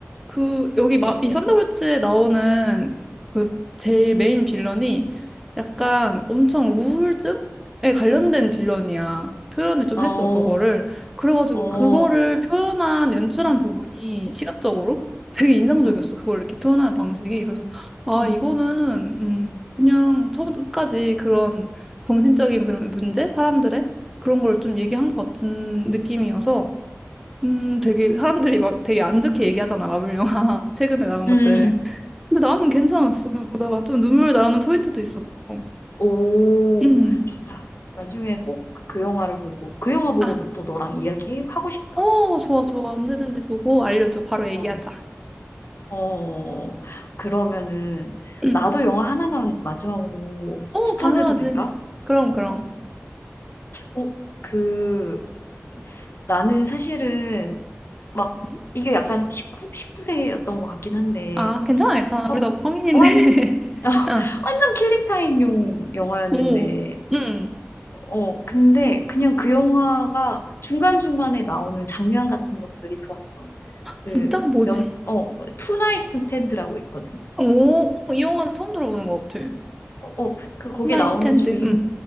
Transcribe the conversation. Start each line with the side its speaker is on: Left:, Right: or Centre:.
Centre: 그 여기 마,
Left: 어,
Centre: 이 썬더볼츠에 나오는 그 제일 메인 빌런이 약간 엄청 우울증에 관련된 빌런이야. 표현을 좀
Left: 어,
Centre: 했어, 그거를. 그래가지고
Left: 어,
Centre: 그거를 표현한 연출한 부분이 시각적으로 되게 인상적이었어.
Left: 응,
Centre: 그걸 이렇게 표현하는 방식이. 그래서 아,
Left: 응,
Centre: 이거는 음, 그냥 처음부터 끝까지 그런 정신적인 그런 문제, 사람들의 그런 걸 좀 얘기한 것 같은 느낌이어서 음, 되게 사람들이 막 되게 안 좋게 얘기하잖아, 마블 영화. <laughs> 최근에 나온 것들.
Left: 응, 응, 응.
Centre: 근데 나는 괜찮았어. 그냥 보다가 좀 눈물 나는 포인트도 있었고.
Left: 오,
Centre: 음.
Left: 좋다. 나중에 꼭 그 영화를 보고, 그 영화 보고도
Centre: 아,
Left: 또 너랑 이야기하고 싶다.
Centre: 어, 좋아, 좋아. 언제든지 보고 알려줘. 바로 얘기하자.
Left: 어, 어, 그러면은,
Centre: 음.
Left: 나도 영화 하나만 마지막으로
Centre: 어,
Left: 추천해도
Centre: 당연하지.
Left: 될까?
Centre: 그럼, 그럼.
Left: 어, 그, 나는 사실은 막
Centre: 음?
Left: 이게 약간 19, 십구 세였던 것 같긴 한데
Centre: 아, 괜찮아, 괜찮아.
Left: 어,
Centre: 우리 다 성인인데.
Left: 완,
Centre: <laughs>
Left: <laughs> 어,
Centre: 아,
Left: 완전 킬링타임용 영화였는데
Centre: 오, 음.
Left: 어, 근데 그냥 그 영화가 중간중간에 나오는 장면 같은 것들이 좋았어. 그
Centre: 진짜? 뭐지?
Left: 연, 어, 투나잇 스탠드라고 있거든.
Centre: 오, 어, 이 영화는 처음 들어보는 것 같아.
Left: 어, 어, 그 거기에
Centre: 나이
Left: 나오는
Centre: 스탠드.
Left: 주인
Centre: 음.